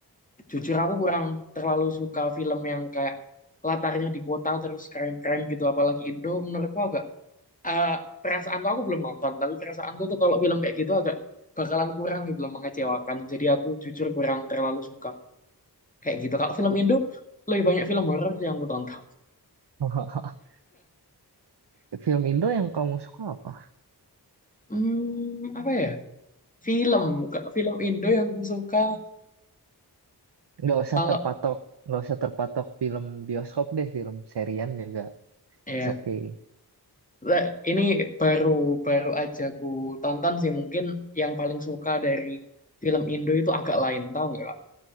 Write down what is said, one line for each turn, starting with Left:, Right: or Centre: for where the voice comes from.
Left: jujur aku kurang terlalu suka film yang kayak latarnya di kota terus crime-crime gitu. Apalagi Indo menurutku agak eh perasaanku aku belum nonton tapi perasaanku tuh kalau film kayak gitu agak bakalan kurang gitu loh mengecewakan jadi aku jujur kurang terlalu suka kayak gitu kalau film Indo lebih banyak film horor yang aku tonton
Right: <laughs> Film Indo yang kamu suka apa?
Left: hmm apa ya film Kalau film Indo yang aku suka
Right: Nggak usah
Left: kalau
Right: terpatok, nggak usah terpatok film bioskop deh, film serian juga.
Left: ya
Right: It's okay.
Left: Nah, ini baru baru aja ku tonton sih mungkin yang paling suka dari film Indo itu agak lain tahu nggak Kak?